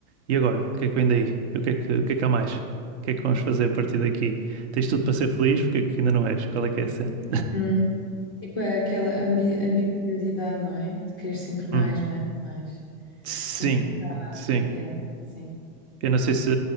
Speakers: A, on the right; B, on the left.
A: E agora? O que é que vem daí? O que é que, o que é que há mais? O que é que vamos fazer a partir daqui? Tens tudo para ser feliz? Porque é que ainda não és? Qual é que é a cena?
B: Hum, tipo, é aquela ambi ambiciosidade, não é? De querer sempre mais,
A: Hum,
B: mais, mais.
A: Sim,
B: Nunca acaba.
A: sim.
B: Yeah, sim.
A: Eu não sei se,